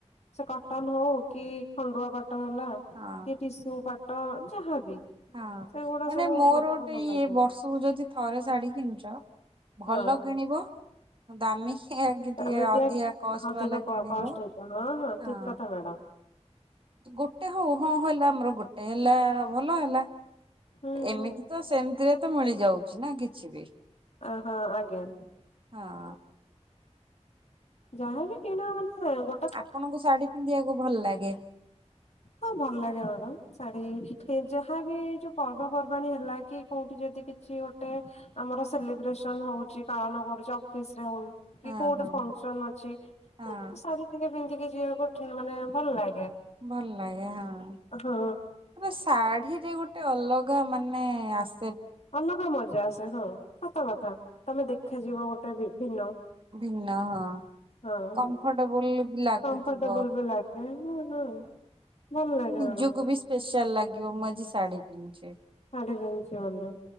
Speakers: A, on the left (about 65°); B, on the right (about 45°).
A: ସେ କଟନ ହୋଉ କି ଖଣ୍ଡୁଆ ପାଟ ହେଲା କି
B: ହଁ
A: ଟିସୁ ପାଟ ଯାହାବି
B: ହଁ
A: ସେଗୁଡା
B: ମାନେ
A: ସବୁ
B: ମୋର ଗୋଟେ
A: ଭଲ
B: ଇ
A: ଲାଗେ
B: ବର୍ଷ ତୁ ଯଦି ଥରେ ଶାଢ଼ୀ କିଣିଚ ଭଲ
A: ହଁ
B: କିଣିବ ଦାମୀକିଆ କି ଟିକିଏ
A: ଆମେ
B: ଅଧିକା
A: କିଆ
B: କଷ୍ଟ
A: ଅଧିକ
B: ବାଲା କିଣିବ
A: କଷ୍ଟ ହେଇଥାଏ
B: ହଁ।
A: ଠିକ କଥା ମ୍ୟାଡାମ
B: ଗୋଟେ ହୋଉ ହଁ ହେଲା ଆମର ଗୋଟେ ହେଲା ଭଲ ହେଲା
A: ହୁଁ ହୁଁ
B: ଏମିତି ତ ସେମିତିରେ ତ ମିଳିଯାଉଚି ନା କିଛି ବି।
A: ଅ ହଁ ଆଜ୍ଞା।
B: ହଁ।
A: ଯାହାବି କିଣ ମାନେ ଗୋ
B: ଆପଣଙ୍କୁ ଶାଢୀ ପିନ୍ଧିବାକୁ ଭଲ ଲାଗେ?
A: ହଁ ଭଲ ଲାଗେ ମ୍ୟାଡାମ୍ ଶାଢୀ ଯାହା ବି ଯୋଉ ପର୍ବ ପର୍ବାଣୀ ହେଲା କି କୋଉଠି ଯଦି କି କିଛି ଗୋଟେ ଆମର ସେଲିବ୍ରେସନ ହୋଉଚି ପାଳନ କରୁଚୁ ଅଫିସ୍ ରେ ହୋଉ କି
B: ହଁ
A: କୋଉଟେ
B: ହଁ
A: ଫନ୍ସ ଅଛି ତ
B: ହଁ
A: ଶାଢୀ ଟିକେ ପିନ୍ଧିକି ଯିବାକୁ ମାନେ ଭଲ ଲାଗେ।
B: ଭଲ ଲାଗେ ହଁ।
A: ହଁ
B: ତ ଶାଢୀରେ ଗୋଟେ ଅଲଗା ମାନେ ଆସ୍
A: ଅଲଗା ମଜା ଆସେ ହଁ ସତ କଥା ତମେ ଦେଖାଯିବ ଗୋଟେ ବିଭିନ୍ନ
B: ଭିନ୍ନ ହଁ।
A: ହଁ
B: କମ୍ଫର୍ଟେବୁଲ ବି ଲାଗୁଥିବ
A: କମ୍ଫର୍ଟେବଲ୍ ବି ଲାଗେ ହଁ ହଁ। ଭଲଲାଗେ
B: ନିଜକୁ
A: ମ୍ୟାଡ଼ାମ୍।
B: ବି ସ୍ପେଶାଲ ଲାଗିବ ମୁଁ ଆଜି ଶାଢୀ ପିନ୍ଧିଛି।
A: ଶାଢୀ ପିନ୍ଧିଛି ବୋଲି